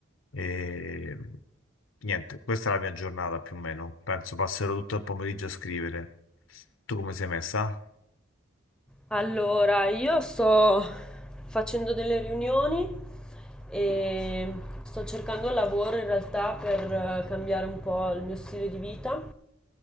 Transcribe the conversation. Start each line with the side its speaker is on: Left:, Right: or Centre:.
Left: e niente, questa è la mia giornata più o meno. Penso passerò tutto il pomeriggio a scrivere. Tu come sei messa?
Centre: Allora, io sto facendo delle riunioni e sto cercando lavoro in realtà per eh, cambiare un po' il mio stile di vita.